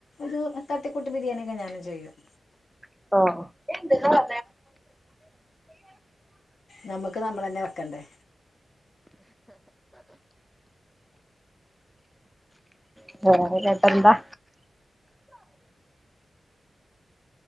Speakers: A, on the left; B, in the centre.
A: ഒരു തട്ടിക്കൂട്ട് ബിരിയാണി ഒക്കെ ഞാനും ചെയ്യും
B: ആഹ്
A: നമ്മക്ക് നമ്മളന്നെ വെക്കണ്ടേ
B: ഉം ന്നട്ടെന്താ